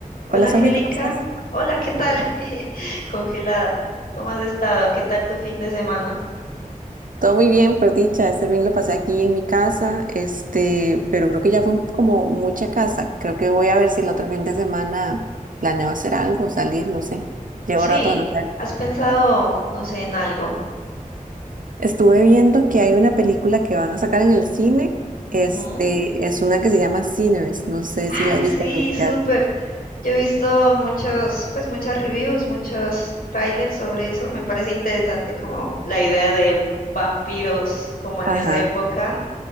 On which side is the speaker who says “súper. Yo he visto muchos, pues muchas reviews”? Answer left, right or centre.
Left